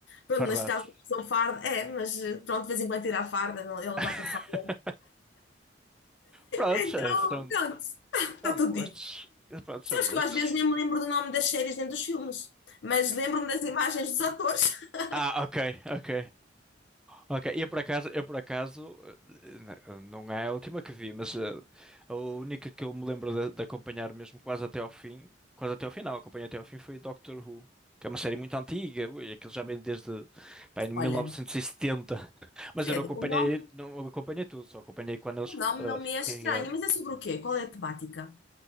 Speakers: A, on the left; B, in the centre.
A: pronto,
B: Pardados.
A: neste caso não são farda, é, mas eh, pronto, de vez em quando tira a farda, não- ele não
B: <laughs>
A: está com farda.
B: Prontos,
A: Então,
B: são,
A: pronto, está
B: são
A: tudo
B: gostos.
A: dito.
B: Prontos,
A: Sabes
B: são gostos.
A: que eu às vezes nem me lembro do nome das séries nem dos filmes, mas lembro-me das imagens dos atores. <laughs>
B: Ah, ok, ok. Ok, eu por acaso, eu por acaso, eh, n- não é a última que vi, mas eh, a única que eu me lembro de, de acompanhar mesmo quase até ao fim, quase até ao final, acompanhei até ao fim foi Doctor Who, que é uma série muito antiga, ui, aquilo já vem desde, pá, em 1970,
A: Olha,
B: <laughs> mas
A: credo,
B: eu não acompanhei,
A: o nome,
B: não acompanhei tudo, só acompanhei quando eles
A: o nome não me é estranho,
B: eh, regravaram.
A: mas é sobre o quê? Qual é a temática?